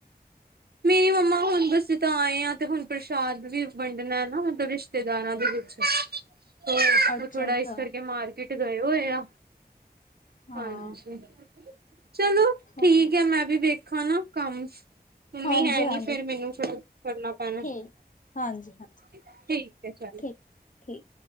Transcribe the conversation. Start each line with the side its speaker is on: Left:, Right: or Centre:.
Right: ਮੇਰੀ ਮੰਮਾ ਹਾਂ, ਹੁਣ ਬਸੀ ਤਾਂ ਆਏ ਆ ਤੇ ਹੁਣ ਪ੍ਰਸ਼ਾਦ ਵੀ ਵੰਡਣਾ ਏ ਨਾਂ ਮਤਲਬ ਰਿਸ਼ਤੇਦਾਰਾਂ ਦੇ <unintelligible> ਵਿੱਚ। <unintelligible> ਤੇ
Left: ਅੱਛਾ
Right: ਉਹ ਥੋੜਾ
Left: ਅੱਛਾ।
Right: ਇਸ ਕਰਕੇ ਮਾਰਕੀਟ ਗਏ ਹੋਏ ਆ।
Left: ਹਾਂ।
Right: ਹਾਂਜੀ, ਚਲੋ,
Left: ਹਾਂ
Right: ਠੀਕ ਐ। ਮੈਂ ਵੀ ਵੇਖਾਂ ਨਾਂ, ਕੰਮ। ਮੰਮੀ
Left: ਹਾਂਜੀ
Right: ਹੈ ਨੀਂ
Left: ਹਾਂਜੀ
Right: ਫੇਰ ਮੈਨੂੰ ਫੇਰ, ਕਰਨਾ ਪੈਣਾ।
Left: ਠੀਕ ਹਾਂਜੀ ਹਾਂਜੀ
Right: ਠੀਕ ਐ ਚਲ।
Left: ਠੀਕ ਠੀਕ।